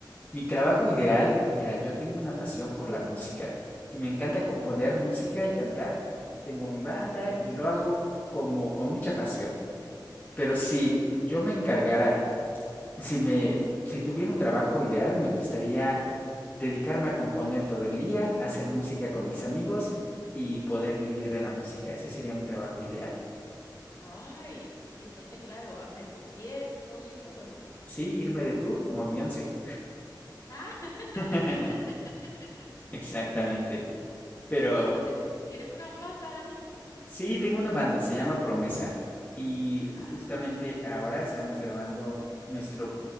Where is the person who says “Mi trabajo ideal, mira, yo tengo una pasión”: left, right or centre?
Left